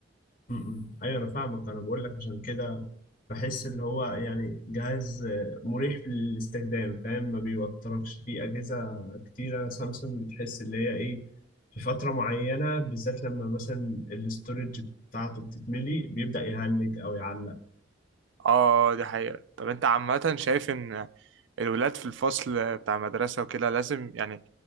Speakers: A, on the left (about 50°); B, on the right (about 75°).
A: م- م. ايوه انا فاهمك انا بقول لك عشان كده بحس ان هو يعني جهاز آه، مريح في الاستخدام فاهم ما بيوتركش في اجهزه كتيره سامسونج بتحس اللي هي ايه في فتره معينه بالذات لما مثلا الاستورج بتاعته بتتملي بيبدا يهنج او يعلق
B: اه دي حقيقه طب انت عامه شايف ان الولاد في الفصل بتاع المدرسة وكده لازم يعني